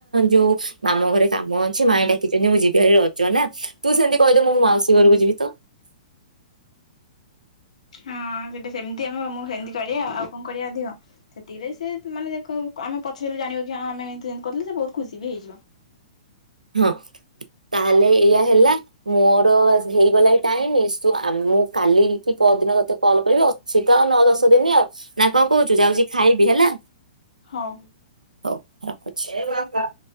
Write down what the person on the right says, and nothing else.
ଯୋଉ ମାମୁଁ ଘରେ କାମ ଅଛି ମାଇଁ ଡାକିଛନ୍ତି ମୁଁ ଯିବି। ରଜ ନା ତୁ ସେମତି କହିଦେ ମୁଁ ମାଉସୀ ଘରକୁ ଯିବି ତ।
ହଁ ତାହେଲେ ଏଇଆ ହେଲା। ମୋର ଆଜି ହେଇଗଲା ଏଇ ଟାଇମ ତୁ ମୁଁ କାଲି କି ପଅରଦିନ ତତେ କଲ୍ କରିବି ଅଛିତ ନଅ ଦଶ ଦିନ ଆଉ ନା କଣ କହୁଛୁ ଯାଉଛି ଖାଇବି ହେଲା।
ହଉ ରଖୁଛି।